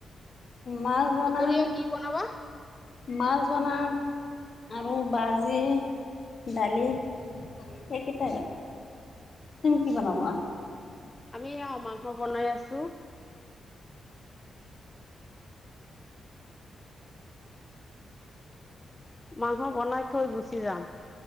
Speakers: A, on the left (about 50°); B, on the left (about 20°).
A: মাছ বনাম।
B: দুপৰীয়া কি বনাবা
A: মাছ বনাম আৰু ভাজি দালি। সেইকেইটা তুমি কি বনাবা?
B: আমি এয়া মাংস বনাই আছোঁ।
A: <inaudible>
B: মাংস বনাই থৈ গুচি যাম